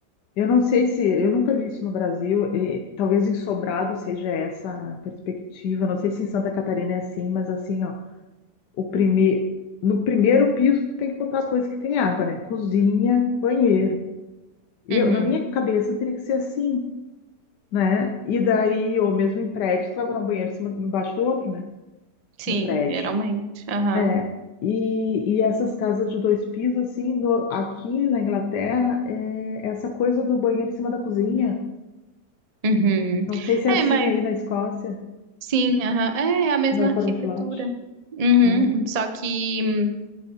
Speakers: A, on the left (about 80°); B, on the right (about 35°).
A: Eu não sei se eu nunca vi isso no Brasil, e talvez em Sobrado seja essa a perspectiva. Não sei se em Santa Catarina é assim, mas assim, ó, o prime... no primeiro piso tu tem que botar as coisas que tem água, né? Cozinha, banheiro. Eu,
B: Uhum.
A: na minha cabeça teria que ser assim, né? E daí, ou mesmo em prédio, tu vai botar um banheiro em cima, embaixo do outro, né?
B: Sim,
A: No prédio.
B: geralmente. Aham.
A: É, e, e essas casas de dois pisos, assim, no- aqui na Inglaterra, é essa coisa do banheiro em cima da cozinha.
B: Uhum.
A: Não sei se
B: É,
A: é assim
B: mas.
A: aí na Escócia,
B: Sim, aham. É a mesma
A: não foram
B: arquitetura.
A: flat.
B: Uhum.
A: É.
B: Só que,